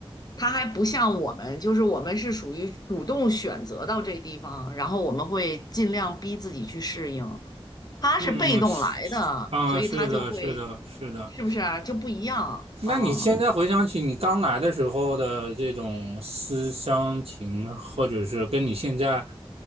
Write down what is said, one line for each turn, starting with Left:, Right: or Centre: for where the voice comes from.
Left: 他还不像我们，就是我们是属于主动选择到这地方，然后我们会尽量逼自己去适应。他是被动来的，
Right: 嗯是是啊，
Left: 所以他就会，
Right: 是的，是的，是的。
Left: 是不是啊就不一样？
Right: 那你现在回想起你刚来的时候的这种思乡情，
Left: 嗯，
Right: 或者是跟你现在，